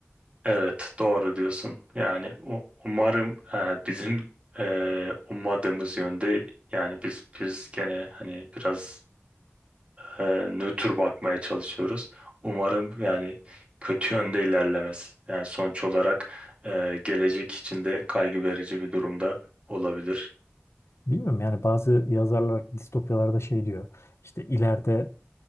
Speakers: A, on the right; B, on the left.
A: Evet doğru diyorsun. Yani u- umarım e, bizim e, ummadığımız yönde yani biz biz gene hani biraz e, nötr bakmaya çalışıyoruz. Umarım yani kötü yönde ilerlemez. Yani sonuç olarak e, gelecek için de kaygı verici bir durumda olabilir.
B: Bilmiyorum yani bazı yazarlar distopyalarda şey diyor. İşte ileride